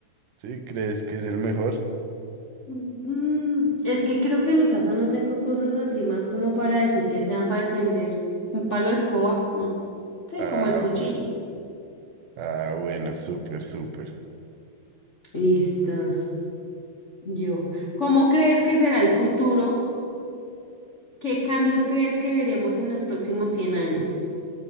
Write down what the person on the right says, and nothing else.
¿Sí? ¿Crees que es el mejor?
Ah,
bueno. Ah, bueno, súper, súper.